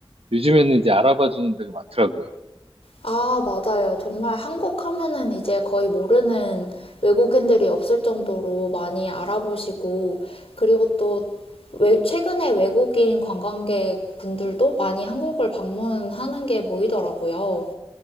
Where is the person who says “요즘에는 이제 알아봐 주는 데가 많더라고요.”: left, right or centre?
Right